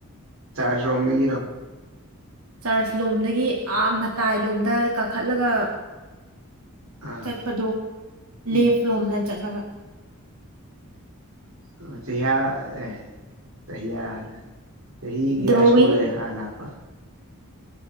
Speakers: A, on the right; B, on the right.
A: ꯆꯥꯁ ꯔꯝꯝꯕ ꯀꯔꯣꯝ
B: ꯆꯥꯔꯖ ꯂꯣꯝꯗꯒꯤ ꯑꯥ ꯃꯇꯥꯏ ꯂꯣꯝꯗ ꯀꯥꯈꯠꯂꯒ
A: ꯑꯥ
B: ꯆꯠꯄꯗꯣ
A: ꯎꯝ
B: ꯂꯦ ꯐ ꯂꯣꯝꯅ ꯆꯠꯂꯒ
A: ꯑꯣ ꯆꯍꯤꯌꯥ ꯑꯦ ꯆꯍꯤꯌꯥ ꯍꯒꯌꯥꯁꯨꯨꯑꯦ
B: ꯗ꯭ꯔꯣꯋꯤꯡ
A: ꯑꯂꯥꯛꯄ